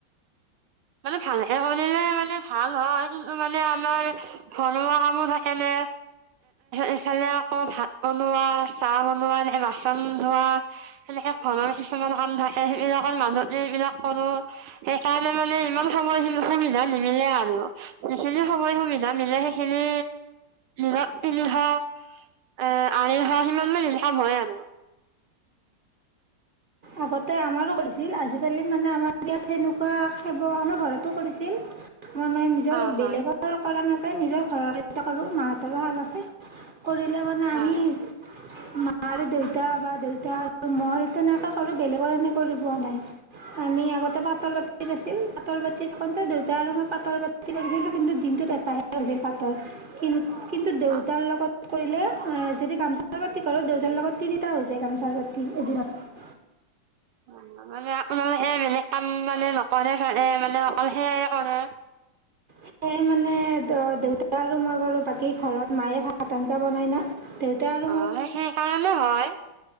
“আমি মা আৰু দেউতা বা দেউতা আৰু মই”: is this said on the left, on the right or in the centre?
Right